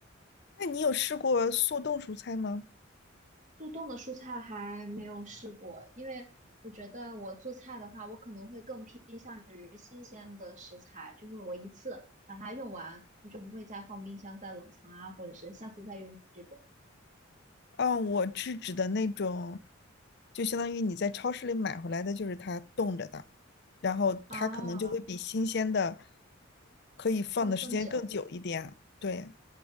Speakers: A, on the left; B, on the right.
A: 那你有试过速冻蔬菜吗？
B: 速冻的蔬菜还没有试过，因为我觉得我做菜的话，我可能会更偏向于新鲜的食材，就是我一次把它用完，我就不会再放冰箱、再冷藏啊，或者是下次再用这种
A: 嗯，我是指的那种，就相当于你在超市里买回来的，就是它冻着的，然后它可能就会比新鲜的
B: 啊，
A: 可以放的时间更久一点，
B: 放的更久。
A: 对。